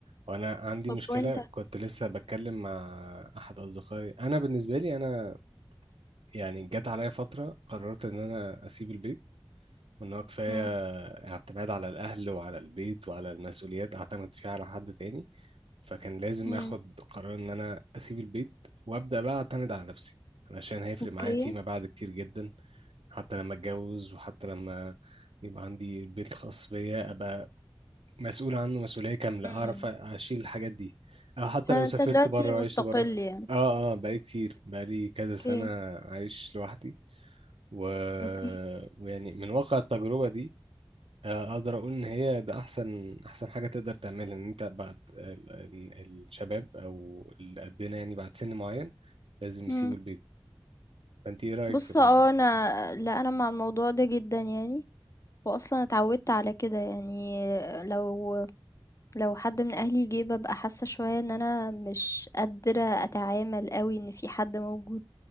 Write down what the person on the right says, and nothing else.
وانا عندي
مشكلة
كنت لسه بتكلم مع احد اصدقائي انا بالنسبة لي انا يعني جت عليا فترة قررت ان انا اسيب البيت وان هو كفايه
اعتماد على الاهل وعلى البيت وعلى المسؤوليات اعتمد فيها على حد تاني فكان لازم
اخد قرار ان انا اسيب البيت وابدا بقى اعتمد على نفسي علشان هيفرق
معايا فيما بعد كتير جدا حتى لما اتجوز وحتى لما يبقى عندي البيت الخاص بيا ابقى مسؤول عنه مسؤوليه كامله اعرف
اشيل الحاجات دي او حتى
لو سافرت
بره
وعشت بره
اه اه بقالي كتير بقالي كذا سنه
عايش لوحدي و...
ويعني من واقع التجربه دي آه، اقدر اقول ان هي ده احسن احسن حاجه تقدر تعملها ان انت بعد ال- ال- الشباب او اللي قدنا يعني بعد سن معين لازم يسيبوا
البيت فانت ايه رايك
في الموضوع
ده